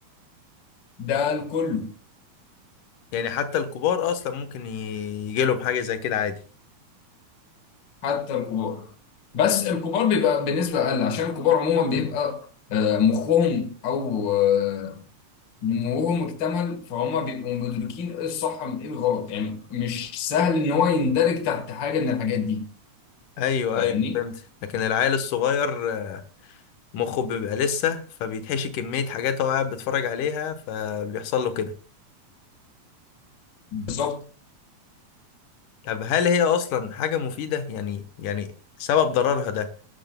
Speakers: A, on the left; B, on the left.
A: ده الكل
B: يعني حتى الكبار أصلا ممكن ي- يجيلهم حاجة زي كده عادي
A: حتى الكبار بس الكبار بيبقى بنسبة أقل عشان الكبار عموما بيبقى آه، مخهم أو آه، نموهم اكتمل فهم بيبقوا مدركين إيه الصح من إيه الغلط يعني مش سهل إن هو يندرج تحت حاجة من الحاجات دي
B: ايوه
A: فاهمني؟
B: ايوه فهمت لكن العيل الصغير آه، مخه بيبقى لسه فبيتحشي كمية حاجات هو قاعد بيتفرج عليها فبيحصل له كده
A: بالظبط
B: طب هل هي اصلا حاجة مفيدة يعني يعني سبب ضررها ده